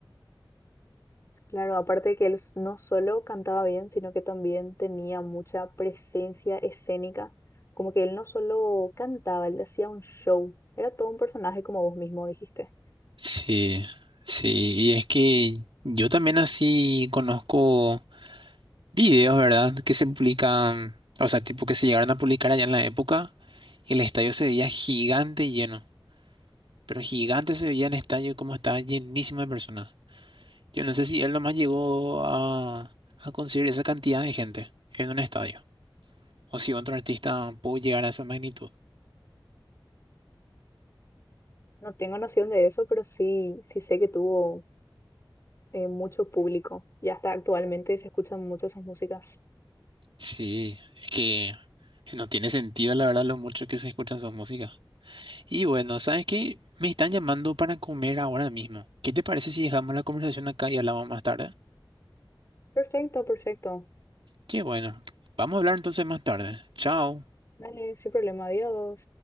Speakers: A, on the left (about 35°); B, on the right (about 85°).
A: Claro, aparte que él no solo cantaba bien, sino que también tenía mucha presencia escénica. Como que él no solo cantaba, él hacía un show. Era todo un personaje, como vos mismo dijiste.
B: Sí, sí, y es que yo también así conozco videos, ¿verdad? Que se publican, o sea, tipo que se llegaron a publicar allá en la época y el estadio se veía gigante y lleno, pero gigante se veía el estadio como estaba llenísimo de personas. Yo no sé si él nomás llegó a, a conseguir esa cantidad de gente en un estadio o si otro artista pudo llegar a esa magnitud.
A: No tengo noción de eso, pero sí, sí sé que tuvo eh, mucho público. Y hasta actualmente se escuchan mucho sus músicas.
B: Sí, es que no tiene sentido, la verdad, lo mucho que se escuchan sus músicas. Y bueno, ¿sabes qué? Me están llamando para comer ahora mismo. ¿Qué te parece si dejamos la conversación acá y hablamos más tarde?
A: Perfecto, perfecto.
B: Qué bueno. Vamos a hablar entonces más tarde. Chao.
A: Dale, sin problema. Adiós.